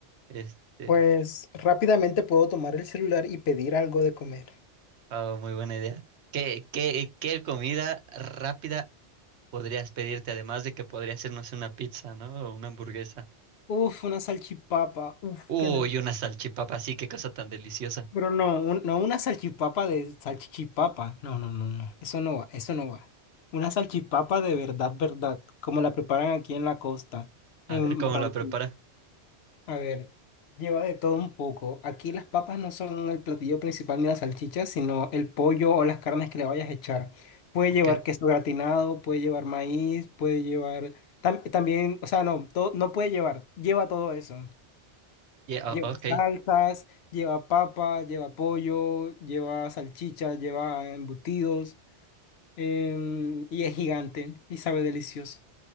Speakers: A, on the right (about 75°); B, on the left (about 70°).
A: Este,
B: Pues rápidamente puedo tomar el celular y pedir algo de comer.
A: ah, muy buena idea. ¿Qué, qué, qué comida rápida? podrías pedirte, además de que podría hacernos una pizza, ¿no? O una hamburguesa.
B: Uf, una salchipapa, uf,
A: Uy,
B: qué
A: una salchipapa, sí, qué cosa tan deliciosa.
B: Pero no, un- no una salchipapa de salchichipapa. No, no, no, no. Eso no va, eso no va. Una salchipapa de verdad, verdad, como la preparan aquí en la costa,
A: A
B: en
A: ver cómo
B: Barranquilla.
A: la prepara.
B: A ver, lleva de todo un poco. Aquí las papas no son el platillo principal ni las salchichas, sino el pollo o las carnes que le vayas a echar. Puede
A: Ok.
B: llevar queso gratinado, puede llevar maíz, puede llevar... tam- también, o sea, no, todo, no puede llevar. Lleva todo eso.
A: Yeah,
B: Lleva
A: o- ok.
B: salsas, lleva papa, lleva pollo, lleva salchicha, lleva embutidos, em, y es gigante y sabe delicioso.